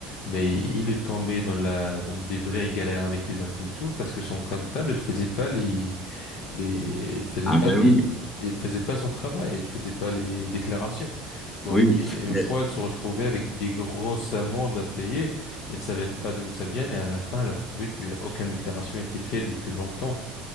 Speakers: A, on the left; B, on the left.
A: mais il est tombé dans la, dans des vraies galères avec les impôts et tout parce que son comptable, il faisait pas les, les, il faisait
B: Ah
A: pas
B: ben
A: des,
B: oui,
A: il faisait pas son travail, il faisait pas les déclarations. Donc,
B: oui,
A: une
B: mais
A: fois, elle se retrouvait avec des grosses amendes à payer. Elle savait pas d'où ça vient et à la fin, elle a trouvé qu'il y a aucune déclaration a été faite depuis longtemps.